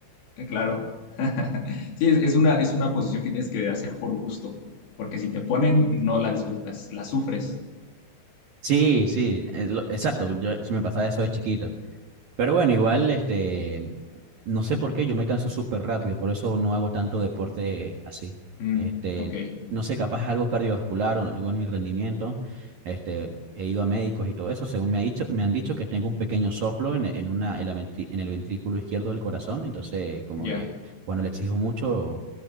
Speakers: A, on the left; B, on the right.
A: Eh, Claro. <laughs> Sí, es, es una, es una posición que tienes que hacer por gusto, porque si te ponen, no la disfrutas, la sufres.
B: Sí, sí, es lo- exacto. Yo se me pasaba eso de chiquito. Pero bueno, igual, este, no sé por qué, yo me canso súper rápido, por eso no hago tanto deporte así.
A: Mm,
B: Este,
A: ok,
B: no sé, capaz algo cardiovascular o algo en mi rendimiento. Este, he ido a médicos y todo eso, según me ha dicho, me han dicho que tengo un pequeño soplo en, en una, en la ventri- en el ventrículo izquierdo del corazón, entonces como
A: ya,
B: que cuando le exijo mucho,